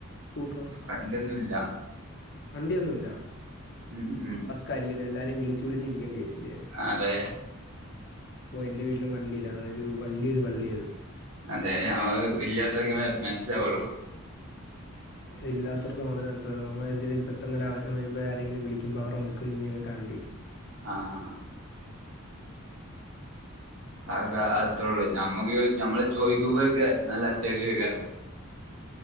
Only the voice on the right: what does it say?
വണ്ടിയൊന്നും ഇല്ല
ഉം ഉം
അതെ
അതെ അത് ഇല്ലാത്തോര്ക്കെ മൻസ്സ്ലാവൊള്ളു
ആഹ് അതൊക്കെ അതത്രൊള്ളു നമ്മക്ക് ചോയ് നമ്മള് ചോയ്ക്കുമ്പോൽക്ക് നല്ലത്യാവശ്വൈയ്ക്കാരം